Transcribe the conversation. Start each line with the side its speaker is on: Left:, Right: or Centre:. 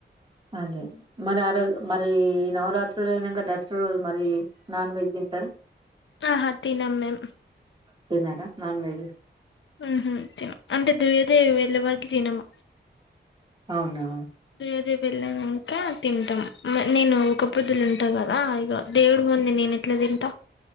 Right: అది మరి ఆ రోజు మరి నవరాత్రులైనంక దసరా రోజు మరి నాన్ వెజ్ తింటార
Left: ఆహ తినమ్ మీమ్
Right: తినర నాన్ వెజ్
Left: మ్ హు తినం అంటే దేదే వెళ్ళే వరకు తినము
Right: అవునా
Left: దేదే వెల్లినంక తింటాం నేను ఒక్కపోద్దులు ఉంటా కదా ఇగ దేవుడు ంది నేను ఎట్లా తింట